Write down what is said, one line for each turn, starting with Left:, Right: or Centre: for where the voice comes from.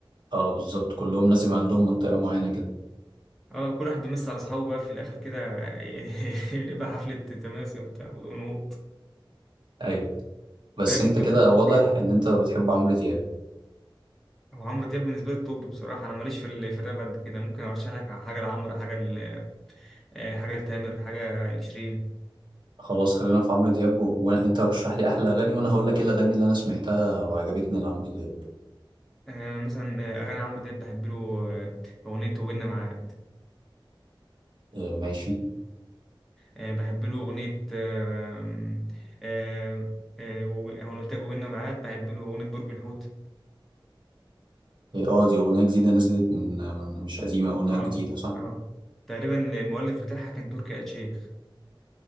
Right: اه بالظبط كلهم لازم عندهم منطقة معينة كده
Centre: اه كل واحد بيمس على اصحابه بقى في الاخر كده <laughs> يبقى حفله تماسي وبتاع ونقوط
Right: ايوه بس
Centre: طيب
Right: انت
Centre: ممكن
Right: كده
Centre: ترشح
Right: واضح
Centre: لي
Right: ان انت بتحب عمرو دياب
Centre: هو عمرو دياب بالنسبه لي التوب بصراحه انا ماليش في ال- في الراب قد كده ممكن ارشح لك حاجه لعمرو حاجه ل- آه، حاجه لتامر حاجه لشيرين
Right: خلاص خلينا في عمرو دياب و... وانت رشح لي احلى اغاني وانا هقول لك ايه الاغاني اللي انا سمعتها وعجبتني لعمرو دياب
Centre: آه، مثلا آه، اغاني عمرو دياب بحب له آه، اغنيه وبيننا مع
Right: آه ماشي
Centre: آه، بحب له أغنية آه، آه، آه، آه، وب- أنا قلت لك وبيننا ميعاد بحب له أغنية برج الحوت
Right: اه آه، دي اغنية جديدة نزلت من... من مش قديمة اغنية
Centre: اه
Right: جديدة صح
Centre: اه تقريبا المؤلف بتاعها كان تركي آل الشيخ